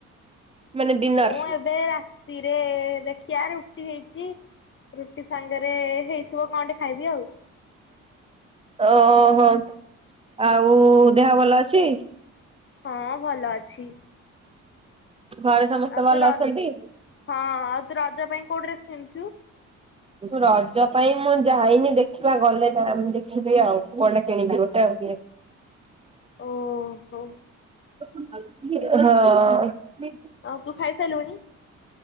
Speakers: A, on the right; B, on the left.
A: ମାନେ ଡିନର?
B: ମୁଁ ଏବେ ରାତିରେ ଦେଖି ରୁ ରଟି ହେଇଛି ରୁଟି ସାଙ୍ଗରେ ରେ ହେଇଥିବ କଣ ଟେ ଖାଇବି ଆଉ
A: ଓହୋ ଆଉ ଦେହ ଭଲ ଅଛି?
B: ହଁ ଭଲ ଅଛି।
A: ଘରେ ସମସ୍ତ
B: ଆଉ
A: ଭଲ
B: ତୁ ର
A: ଅଛନ୍ତି?
B: ହଁ ଆଉ ତୁ ରଜ ପାଇଁ କୋଉ ଡ୍ରେସ୍ କିଣିଛୁ?
A: ତୁ ରଜ ପାଇଁ ମୁଁ ଯାଇନି ଦେଖିବା ଗଲେ ଦାମ୍ ଦେଖିବି ଆଉ କୁଆଡ଼େ କିଣିବି ଗୋଟେ ଆଉ
B: ଓହୋ
A: ଆଉ ଟିଏ ହଁ।
B: ଆଉ ତୁ ଖାଇସାରିଲୁଣି?